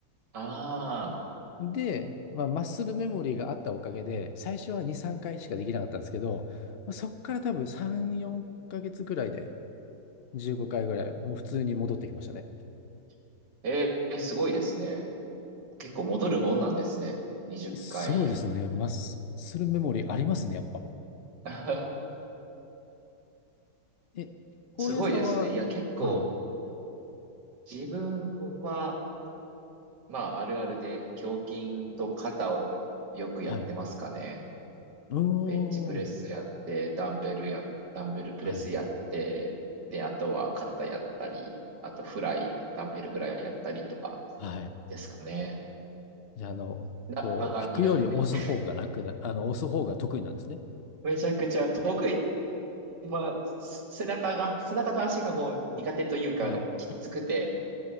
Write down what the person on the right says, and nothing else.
ああ、
<laughs> えー、すごいですね。結構戻るもんなんですね。20回やっ
<laughs>
すごいですね。いや、結構
自分は、まあ、あるあるで胸筋と肩をよくやってますかね。
ベンチプレスやって、ダンベルや、ダンベルプレスやって、
で、あとは肩やったり、あとフライ、ダンベルフライやったりとか
ですかね。
背中が苦手で。
<laughs>
めちゃくちゃ得意。まあ、背中が、背中と足がもう苦手というか、
あの、きつくて、